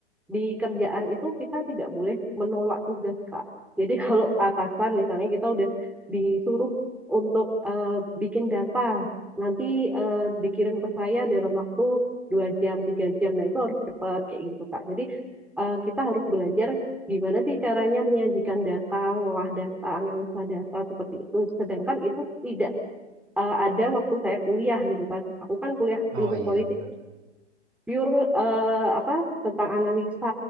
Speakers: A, in the centre; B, on the right (about 45°).
A: di kerjaan itu kita tidak boleh menolak tugas, Kak. Jadi <laughs> kalau atasan misalnya kita udah disuruh untuk eh, bikin data, nanti eh, dikirim ke saya dalam waktu dua jam, tiga jam. Nah itu harus cepat kayak gitu, Kak. Jadi eh, kita harus belajar gimana sih caranya menyajikan data, ngolah data, analisa data seperti itu. Sedangkan itu tidak eh, ada waktu saya kuliah gitu kan. Aku kan kuliah
B: Oh
A: ilmu
B: iya
A: politik
B: benar.
A: pure eh, apa tentang analisa